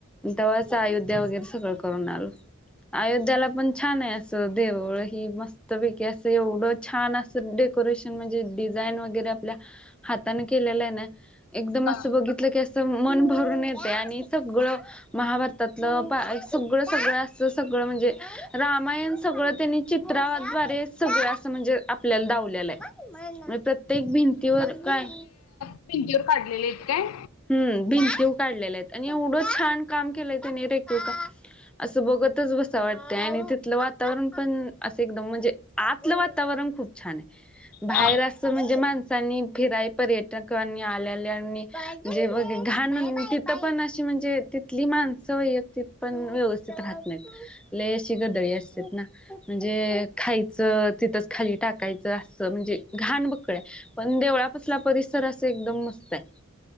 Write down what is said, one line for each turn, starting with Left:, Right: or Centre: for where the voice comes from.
Centre: तेव्हाच अयोध्या वगैरे सगळं करून आल अयोध्याला पण छान आहे असं देवळ हि मस्तपैकी असं एवढं छान अस डेकोरेशन म्हणजे डिझाईन वगैरे आपल्या हाताने केलेलं आहे ना एकदम
Left: हा.
Centre: असं बघितलं की असं मन भरून येते आणि सगळं महाभारतातलं सगळं सगळं असं सगळं म्हणजे रामायण सगळं त्यांनी चित्राद्वारे सगळं असं म्हणजे आपल्याला ावलेलं आहे प्रत्येक भिंतीवर काय
Left: पिंची ववर काढलेले आहेतत काय
Centre: हम् भिंती उ काढलेले आहेत आणि एवढंच छान काम केलंय त्यां नि रेकता असं बघतच बस आ वाटतं आणि तिथलं वातावरण पण असं एकदम म्हणजे आतलं वातावरण खूप छान आहे बाहेर
Left: हा.
Centre: अस म्हणजे माणसांनी फिराई पर्यटकांनी आल्याल्या जे ब घाण म्हण तिथ पण अशी म्हणजे तिथली माणसं त पण व्यवस्थित राहत नाहीत लय अशी गदळी असते ना म्हणजे खायचं तिथंच खाली टाकायचं असं म्हणजे घाण बकळय पण देवळापसला परिसर असं एकदम मस्त आहे